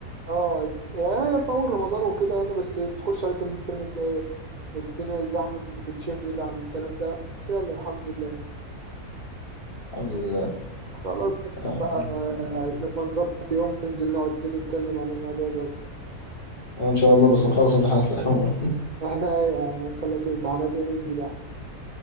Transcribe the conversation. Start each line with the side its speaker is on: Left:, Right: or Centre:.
Right: أه يعني في أول رمضان وكده يعني بس تخش عليك من الترم تلاقي الدنيا الزحمة بتتشغل عن الكلام ده بس يلا الحمد لله
Left: الحمد لله
Right: خلاص
Left: آه،
Right: بقى نبقى نظبط يوم وننزل نقعد فيه نتكلم عن الموضوع ده
Left: آه، إن شاء الله بس نخلص امتحانات الأول
Right: احنا ايه يا عم نخلص الامتحانات وننزل يا عم